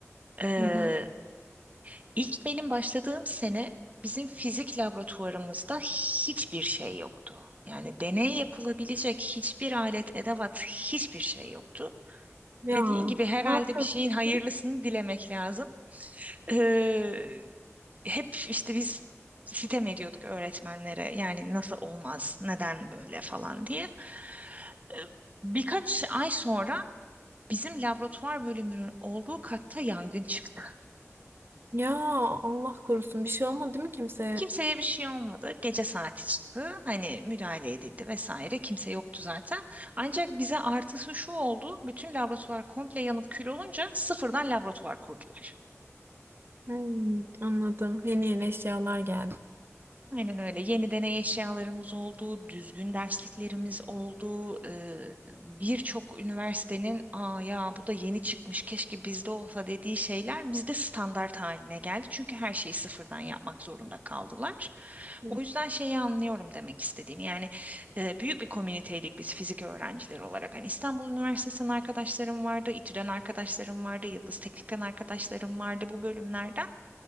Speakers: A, on the right; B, on the right.
A: E,
B: hı.
A: İlk benim başladığım sene bizim fizik laboratuvarımızda hiçbir şey yoktu. Yani deney yapılabilecek hiçbir alet, edevat, hiçbir şey yoktu.
B: Ya
A: Dediğin gibi herhalde
B: ne yaptın
A: bir şeyin
B: peki?
A: hayırlısını dilemek lazım. Ee, hep işte biz sitem ediyorduk öğretmenlere. Yani nasıl olmaz, neden böyle falan diye. Ee, birkaç ay sonra bizim laboratuvar bölümünün olduğu katta yangın çıktı.
B: Ya Allah korusun bir şey olmadı değil mi kimseye?
A: Kimseye bir şey olmadı. Gece saati çıktı. Hani müdahale edildi vesaire. Kimse yoktu zaten. Ancak bize artısı şu oldu. Bütün laboratuvar komple yanıp kül olunca sıfırdan laboratuvar kurdular.
B: Hmm, anladım. Yeni yeni eşyalar geldi.
A: Aynen öyle. Yeni deney eşyalarımız oldu, düzgün dersliklerimiz oldu. Ee, birçok üniversitenin "Aa ya bu da yeni çıkmış, keşke bizde olsa" dediği şeyler bizde standart haline geldi. Çünkü her şeyi sıfırdan yapmak zorunda kaldılar.
B: Hı.
A: O yüzden şeyi anlıyorum demek istediğini. Yani e, büyük bir komüniteydik biz fizik öğrencileri olarak. Hani İstanbul Üniversitesi'nden arkadaşlarım vardı, İTÜ'den arkadaşlarım vardı, Yıldız Teknik'ten arkadaşlarım vardı bu bölümlerden.